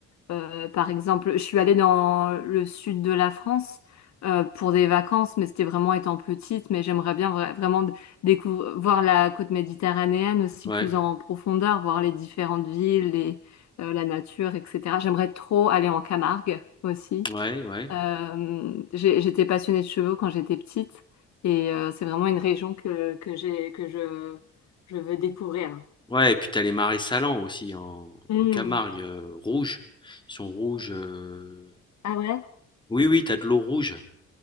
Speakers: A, on the left; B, on the left.
A: euh, par exemple, je suis allée dans le sud de la France euh, pour des vacances, mais c'était vraiment étant petite. Mais j'aimerais bien vra- vraiment découvrir, voir la côte méditerranéenne aussi
B: Ouais.
A: plus en profondeur, voir les différentes villes, les, euh, la nature, etc. J'aimerais trop aller en Camargue aussi.
B: Ouais. Ouais.
A: Euh, j'ai- j'étais passionnée de chevaux quand j'étais petite et euh, c'est vraiment une région que, que j'ai, que je, je veux découvrir.
B: Ouais. Et puis t'as les marais salants aussi en,
A: Hmm.
B: en Camargue euh, rouges. Ils sont rouges. euh,
A: Ah ouais?
B: Oui, oui, t'as de l'eau rouge